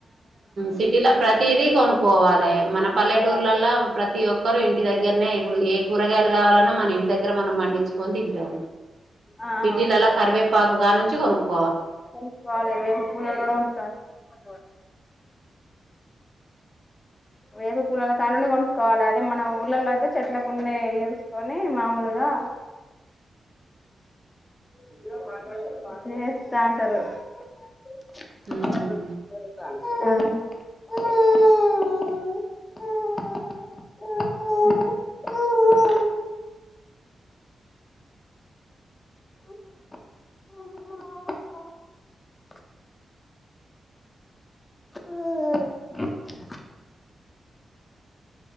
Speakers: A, on the right (about 60°); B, on the left (about 25°).
A: సిటీలో ప్రతిదీ కొనుక్కోవాలి మన
B: కొనుక్కోవాలి
A: పల్లెటూర్లలో ప్రతి ఒక్క ఒక్కరు ఇంటి దగ్గరనే ఇప్పుడు ఏ కూరగాయలు కావాలన్నా మన ఇంటి దగ్గరనం పండించుకని తింటాం
B: ఆ
A: సిటీలలా
B: ఆ
A: కరివేపాకు కా నుంచి కొనుక్
B: ఆ <unintelligible> ల వేపు పుల్ల కూడా కొనుకో వేప పూల్లల కానుండి కొనుక్కోవాలి అదే మన ఊళ్ళలో అయితే చెట్లకున్న ఈరుసుకొని మామూలుగా చేస్తా అంటారు అ <unintelligible>
A: ఉమ్
B: ఆ ఉ ఊ ఉ ఉ ఊ ఆఓ ఆ